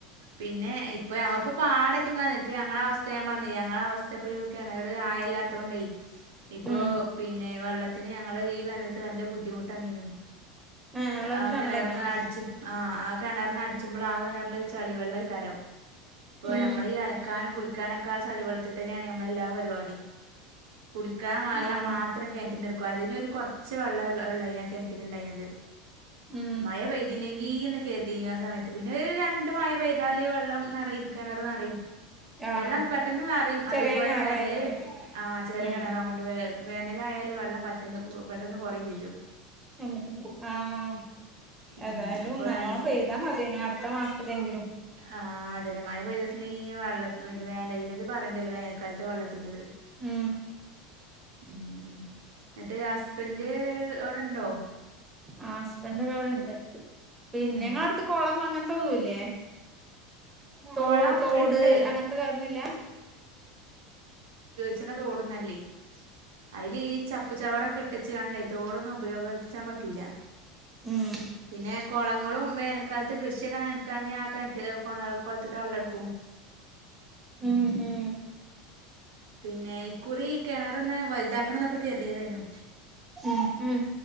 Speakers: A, on the right (about 70°); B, on the right (about 20°).
A: പിന്നെ ഇപ്പ് ഇപ്പ ഞമ്മൾപ്പ പാടയ്ട്ട് ഇങ്ങന ഞങ്ങള അവസ്ഥ ഞാ പറഞ്ഞ് ഞങ്ങള അവസ്ഥ ത്ത പുഴി കുയ്ക്കാന കെണറ് ആയല്ലാത്തോണ്ടെയ് ഇപ്പോ
B: ഉം
A: പിന്നെ വെള്ളത്തി ത്തിന് ഞങ്ങള് ഈ വേനൽക്ക് നല്ല ബുദ്ധിമുട്ട് വന്നീനു
B: ഏഹ് വെള്ളത്തിന്
A: ആഹ്
B: ക്ഷാമണ്ടായിനോ
A: കെണർന്ന് അടിച്ച ആ ആ കെണർന്ന് അടിച്ചുമ്പ്ള ആ കെണറിൽ ച് ചളിവെള്ളെയ് കാരം ഇപ്പോ
B: ഉം
A: നമ്മള് ഈ അലക്കാനും കുളി കുളിക്കാനെക്ക ആ ചളിവെള്ളത്തി തന്നെയാണ് നമ്മള എല്ലാ പരിപാടീം കുടിക്കാൻ വെല്ല
B: ആഹ്
A: മാ ത്രം കെണറ്റ്ന്ന് എട്ക്കും അതിനൊര് കൊറച്ച് വെള്ളം അയ്ന് കെണറ്റിൽ ഉണ്ടായിര്ന്നത്
B: ഉം
A: മയ പെയ്തിനെങ്കീന്ന് കെര്തീനു ആ സമയത്ത് പിന്നെ ഒര് രണ്ട് മഴ പെയ്താല് വെള്ളം നെറയും കെണറ് നെറയും
B: ആഹ്
A: വെള്ളം പെട്ടെന്ന് നെറയും
B: ചെറിയ
A: അതെപോലെ
B: കിണറായതോണ്ട്
A: വേനല് ആ ചെറിയ
B: ഉം
A: കെണറാവോണ്ട് വെ വേനലായാല് വെള്ളം പറ്റ്ന്നക്ക് പോം പെട്ടെന്ന് കൊറേം ചെജ്ജും
B: നമ്മറ്റീല് ആഹ്
A: ഉം
B: ഏതാലും
A: അപ്പൊ
B: നല്ലോണം
A: നല്ല
B: പെയ്താ മതേനു അട്ത്ത മാസത്തിലെങ്കിലും
A: ആഹ് അതെന്ന മയ പെയ്തട്ടില്ലെങ്കി ഇങ്ങന വെള്ളത്തി പി വേനൽ എത് പറയണ്ടല്ലോ വേനൽക്കാലത്ത് വെള്ളത്തിന്റത്
B: ഉം
A: ഉം എന്നട്ട് ഹസ്ബൻഡ് അവ്ടെണ്ടോ
B: ആഹ് ഹസ്ബന്റക്ക അവ്ടെണ്ട് പിന്നെ
A: ഏ
B: നിങ്ങളട്ത്ത് കൊളം അങ്ങനത്തൊന്നൂല്ലേ തോ
A: കൊളം
B: തോട്
A: ഇണ്ട്
B: അങ്ങനത്ത ക ഒന്നൂല്ല
A: ചെല തോട്ന്നല്ലേ അയ്ല് ചപ്പ് ചപ്പ് ചവറെക്ക ഇട്ടച്ച്ങ്ങാണ്ടെ തോടൊന്നും ഉപയോഗിച്ചാം പറ്റൂല
B: ഉം
A: പിന്നെ കൊളങ്ങളും വേനൽക്കാലത്ത് കൃഷിയൊക്ക നനക്കാൻ ആ കെണറ്റ് കൊണ കൊളത്ത്ത്ത വെള്ളം എടുക്കും
B: ഉം ഉം
A: പിന്നെ ഇക്കുറി കെണറ്ന്ന് വല്താക്കണംന്നൊക്ക കര്തിയതെനു
B: ഉം ഉം